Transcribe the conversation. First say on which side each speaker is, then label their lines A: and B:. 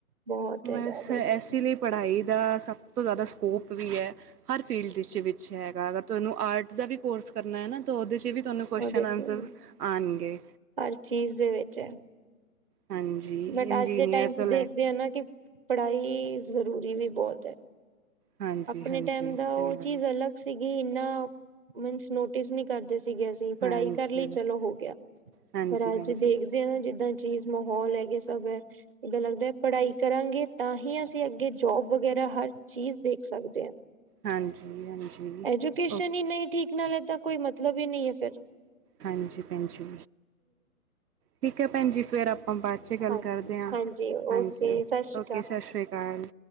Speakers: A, on the right; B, on the right.
A: ਬਹੁਤ ਹੈਗਾ
B: ਵੈਸੇ
A: ਬਸ
B: ਇਸੇ ਲਈ ਪੜ੍ਹਾਈ ਦਾ ਸਭ ਤੋਂ ਜ਼ਿਆਦਾ ਸਕੋਪ ਵੀ ਹੈ ਹਰ ਫੀਲਡ ਵਿੱਚ ਹੈਗਾ ਅਗਰ ਤੁਹਾਂਨੂੰ ਆਰਟ ਦਾ ਵੀ ਕੋਰਸ ਕਰਨਾਂ ਹੈ ਨਾਂ ਉਹਦੇ 'ਚ ਵੀ ਤੁਹਾਨੂੰ ਕੁਸ਼ਚਨ
A: ਉਹ ਦੇਖੋ
B: ਆਨਸਰ ਆਉਂਣਗੇ
A: ਹਰ ਚੀਜ਼ ਦੇ ਵਿੱਚ
B: ਹਾਂਜੀ
A: ਬਟ,
B: ਇੰਜੀਨੀਅਰ
A: ਅੱਜ ਦੇ ਟਾਈਮ
B: ਤੋਂ
A: 'ਚ
B: ਲੈ
A: ਦੇਖਦੇ
B: ਕੇ
A: ਹਾਂ ਨਾ, ਕਿ ਪੜ੍ਹਾਈ ਜ਼ਰੂਰੀ ਵੀ ਬਹੁਤ ਹੈ।
B: ਹਾਂਜੀ
A: ਆਪਣੇ
B: ਹਾਂਜੀ
A: ਟਾਈਮ ਦਾ,
B: ਸਹੀ
A: ਉਹ
B: ਗੱਲ
A: ਚੀਜ਼
B: ਹੈ
A: ਅਲੱਗ ਸੀਗੀ ਇੰਨਾ ਮੀਂਸ, ਨੋਟਿਸ ਨਹੀਂ ਕਰਦੇ ਸੀਗੇ ਪੜ੍ਹਾਈ
B: ਹਾਂਜੀ
A: ਕਰ ਲਈ,
B: ਹਾਂਜੀ
A: ਚਲੋ ਹੋ ਗਿਆ,
B: ਭੈਣ
A: ਪਰ ਅੱਜ ਦੇਖਦੇ
B: ਜੀ
A: ਨਾ, ਜਿੱਦਾਂ ਚੀਜ਼ ਮਾਹੌਲ ਹੈਗੇ ਸਭ ਹੈ, ਇਦਾਂ ਲੱਗਦਾ ਹੈ, ਪੜ੍ਹਾਈ ਕਰਾਂਗੇ ਤਾਂ ਹੀ, ਅਸੀਂ ਅੱਗੇ ਜੋਬ ਵਗੈਰਾ, ਹਰ ਚੀਜ਼ ਦੇਖ ਸਕਦੇ ਹਾਂ।
B: ਹਾਂਜੀ -ਹਾਂਜੀ,
A: ਐਜੂਕੇਸ਼ਨ
B: ਓ
A: ਹੀ ਨਹੀਂ ਠੀਕ ਨਾਲ ਤਾਂ, ਕੋਈ ਮਤਲਬ ਹੀ ਨਹੀਂ ਹੈ ਫੇਰ
B: ਹਾਂਜੀ, ਭੈਣ ਜੀ, ਠੀਕ ਹੈ ਭੈਣ ਜੀ, ਫਿਰ ਆਪ ਬਾਅਦ ਚ ਗੱਲ
A: ਹਾਂਜੀ
B: ਕਰਦੇ ਹਾਂ,
A: ਹਾਂਜੀ
B: ਹਾਂਜੀ
A: ਓਕੇ ਸਤਿ ਸ਼੍ਰੀ
B: ਓਕੇ ਸਤਿ ਸ਼੍ਰੀ ਅਕਾਲ।